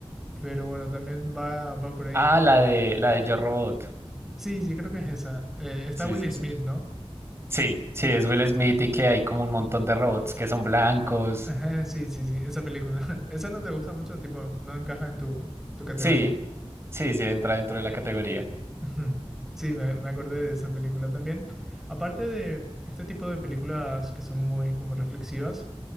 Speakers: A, in the centre; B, on the right (about 25°).
A: pero bueno, también va, va por ahí,
B: Ah,
A: por...
B: la de la de Yo Robot.
A: Sí, sí, creo que es esa. Eh, está
B: Sí,
A: Will
B: sí,
A: Smith,
B: sí.
A: ¿no?
B: Sí, sí, es Will Smith y que hay como un montón de robots que son blancos.
A: <laughs> Ajá, sí, sí, sí, esa película. <laughs> Esa no te gusta mucho, tipo, no encaja en tu, tu categoría.
B: Sí, sí, sí, entra dentro de la categoría.
A: Ujú. Sí, me, me acordé de esa película también. Aparte de este tipo de películas que son muy como reflexivas,